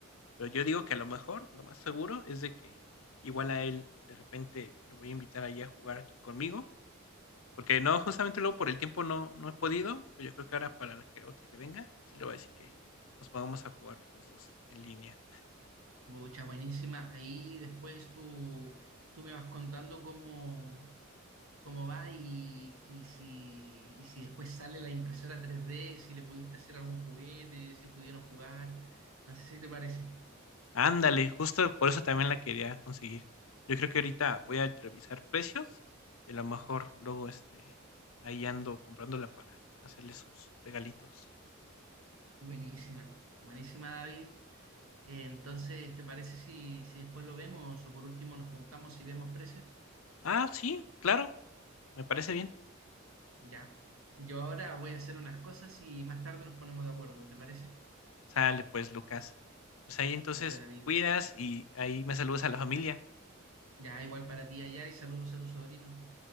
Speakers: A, on the left; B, on the right.
A: pero yo digo que a lo mejor, lo más seguro es de que igual a él de repente lo voy a invitar ahí a jugar aquí conmigo, porque no, justamente luego por el tiempo no, no he podido, pero yo creo que ahora para la que otra que venga, sí le voy a decir que nos pongamos a jugar los dos en línea.
B: Muchas buenísimas. Ahí después tú, tú me vas contando cómo, cómo va y, y si, y si después sale la impresora 3D, si le pudiste hacer algún juguete, si pudieron jugar. No sé si te parece.
A: Ándale, justo por eso también la quería conseguir. Yo creo que ahorita voy a revisar precios y a lo mejor luego este ahí ando comprándola para hacerle sus regalitos.
B: Buenísima. Buenísima, David. Eh, entonces, ¿te parece si, si después lo vemos o por último nos juntamos y vemos precios?
A: Ah, sí, claro, me parece bien.
B: Ya. Yo ahora voy a hacer unas cosas y más tarde nos ponemos de acuerdo, ¿te parece?
A: Sale pues, Lucas. Pues ahí entonces
B: Ya pues, David.
A: me cuidas y ahí me saludas a la familia.
B: Ya, igual para ti allá y saludos a tu sobrino.